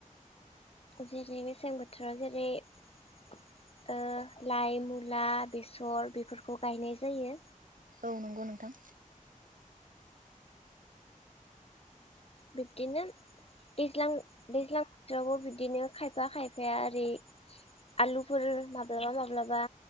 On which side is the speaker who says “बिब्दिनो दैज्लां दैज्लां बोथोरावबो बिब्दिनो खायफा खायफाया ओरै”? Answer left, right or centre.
Left